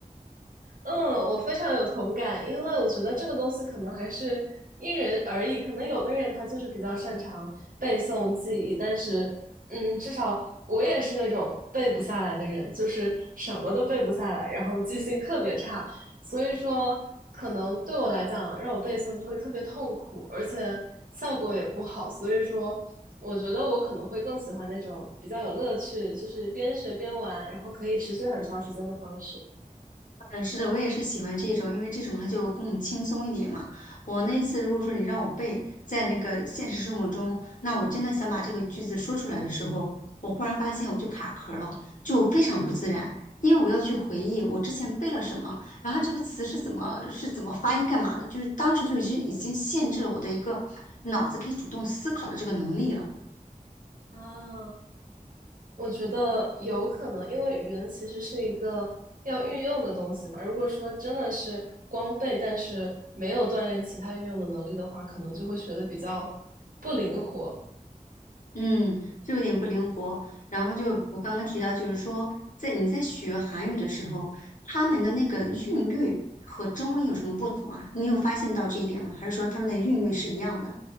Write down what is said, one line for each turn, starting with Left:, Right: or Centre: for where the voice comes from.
Right: 嗯，我非常有同感，因为我觉得这个东西可能还是因人而异，可能有的人他就是比较擅长背诵记忆，但是，嗯，至少我也是那种背不下来的人，就是什么都背不下来，然后记性特别差，所以说可能对我来讲，让我背诵就会特别痛苦，而且效果也不好，所以说。我觉得我可能会更喜欢那种比较有乐趣，就是边学边玩，然后可以持续很长时间的方式。
Left: 嗯，是的，我也是喜欢这种，因为这种它就更轻松一点嘛。我那次如果说你让我背在那个现实生活中，那我真的想把这个句子说出来的时候，我忽然发现我就卡壳了，就非常不自然，因为我要去回忆我之前背了什么，然后这个词是怎么是怎么发音干嘛的，就是当时就已经已经限制了我的一个脑子可以主动思考的这个能力了。
Right: 啊，我觉得有可能，因为语言其实是一个要运用的东西嘛。如果说真的是光背，但是没有锻炼其他运用的能力的话，可能就会学的比较不灵活。
Left: 嗯，就有点不灵活。然后就我刚刚提到，就是说，在你在学韩语的时候，他们的那个韵律和中文有什么不同啊？
Right: 嗯
Left: 你有发现到这一点吗？还是说他们的韵律是一样的，